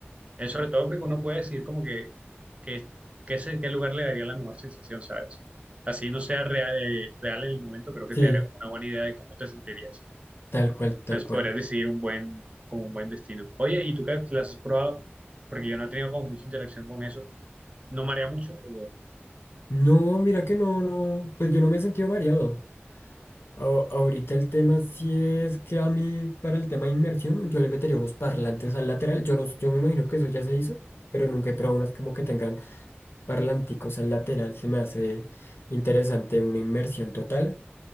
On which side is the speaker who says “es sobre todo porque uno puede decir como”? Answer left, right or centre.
Right